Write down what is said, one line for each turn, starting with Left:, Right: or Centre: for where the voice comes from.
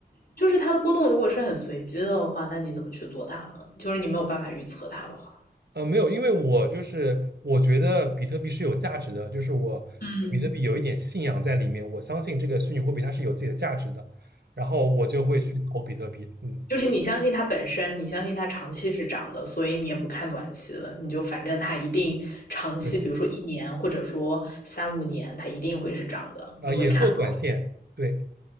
Left: 就是它的波动如果是很随机的话，那你怎么去做它呢？就是你没有办法预测它的话，
Right: 呃，没有，因为我就是我觉得比特币是有价值的，就是我对比特币有一点信仰在里面，
Left: 嗯，
Right: 我相信这个虚拟货币它是有自己的价值的，然后我就会去投比特币。嗯，
Left: 就是你相信它本身，你相信它长期是涨的，所以你也不看短期了，你就反正它一定长期，
Right: 对，
Left: 比如说一年或者说三五年，它一定会是涨的，
Right: 啊，
Left: 你会看好。
Right: 也做短线，对，